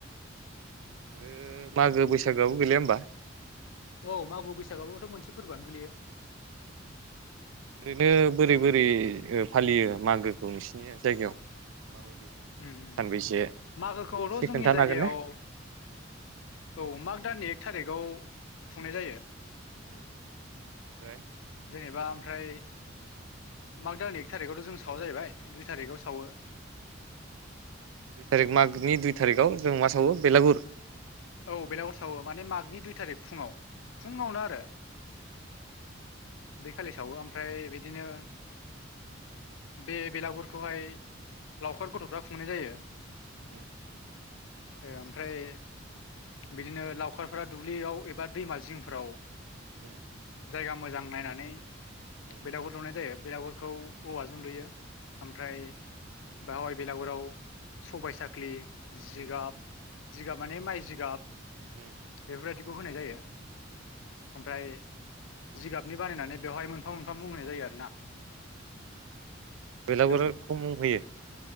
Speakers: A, on the right; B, on the left.
A: आरो मागो-बैसागोआबो गैलैया होमबा?
B: औ मागो-बैसागो आबोथ' मोनसे फोरबोआनो गोलैयो।
A: ओरैनो बोरै बोरै ओ फालियो मागोखौ नोंसिनि जायगायाव माबायदि?
B: ओम ओम
A: सानबैसे
B: मागोखौथ'
A: एसे
B: जोंनि
A: खोन्थानो
B: जायगायाव
A: हागोन ना
B: औ माग दाननि एक थारिग आव खुंनाय जायो।
A: ओम ओम ओमफ्राय
B: जेनेबा ओमफ्राय माग दानननि एक थारिगआवथ' जों सावा जाहैबाय दुइ थारिगआव सावो।
A: दुइ थारिग मागनि दुइ थारिगआव जों मा सावो बेलागुर?
B: औ बेलागुर सावो माने मागनि दुइ थारिग फुङाव फुङावनो आरो बे खालि सावो ओमफ्राय बिदिनो बे बेलागुरखौहाय लावखार गथ'फ्रा खुंनाय जायो।
A: ओम
B: ओ ओमफ्राय बिदिनो लावखारफ्रा दुब्लियाव एबा दैमा जिंफ्राव
A: उम
B: जायगा मोजां नायनानै
A: उम।
B: बेलागुर लुनाय जायो बेलागुरखौ औवाजों लुयो ओमफ्राय बेहावाय बेलागुराव सबाय साखलि जिगाब जिगाब माने माइ जिगाब
A: उम
B: बेफोरबायदिखौ होनाय जायो ओमफ्राय जिगाबनि बानायनानै बेवहाय मोनफा मोनफा बुंनाय जायो आरो ना
A: बेलागुरा
B: हेलौ
A: खौ मुं होयो